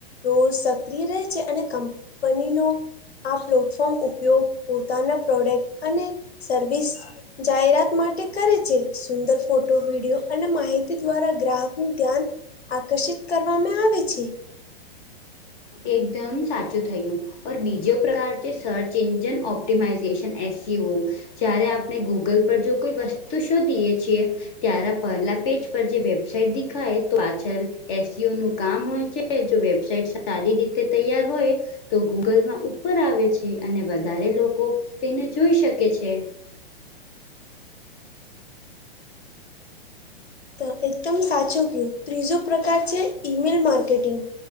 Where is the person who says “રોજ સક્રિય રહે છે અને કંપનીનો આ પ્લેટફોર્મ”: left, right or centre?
Left